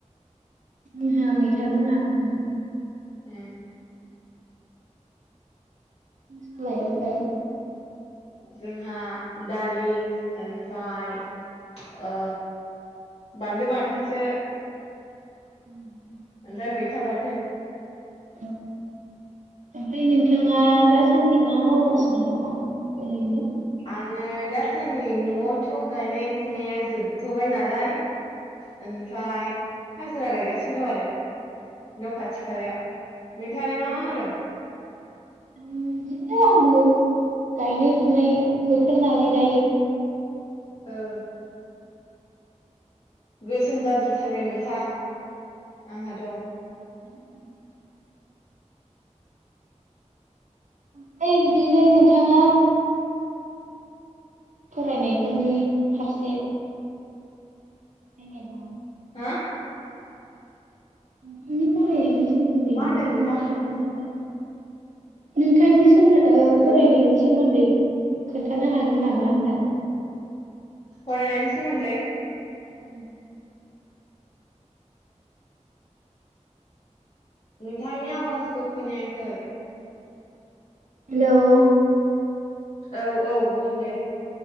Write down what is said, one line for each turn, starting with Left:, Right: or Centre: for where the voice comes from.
Right: जोंहा मैथाजों नासोमोन।
Left: ए।
Right: नोंसालाय ओमफ्राय?
Left: जोंहा दालि ओमफ्राय आ बानलु बाथोनसो।
Right: उम।
Left: ओमफ्राय मैथा बाथोन।
Right: औ ओमफ्राय नोंथाङा दासान्दि मा मावगासिनो दङ' ओरैनो?
Left: आंङो दासान्दि न'आवथ' गायनाय-फुनाया जोबथ'बाय नालाय ओमफ्राय हाजिरा गायगासिनो दं आरो। न' खाथि-खालायाव नोंथांङालाय मा-मा मावदों?
Right: उम बिदिनो आंबो गायनाय-फुनाय बोथोर नालाय दायो।
Left: औ गोसोम जाजोबथारबाय नोंथां आंहाथ'।
Right: <inaudible> ओमफ्राय बिदिनो नोंथाङा फरायनायफोरनि फारसे जेनेबा
Left: हा
Right: नोंथांनि फरायनायनि सोमोन्दै
Left: मा होनदों
Right: एसे
Left: नोंथां
Right: खोन्थानो हागोन नामा? नोंथांनि फरायनायनि
Left: हेल'
Right: सोमोन्दै खोन्थानो हागोन नामा होनदां?
Left: फरायनायनि सोमोन्दै?
Right: औ
Left: नोंथांनि आवाजखौ खोनायाखै।
Right: हेल'
Left: औ औ बुं दे।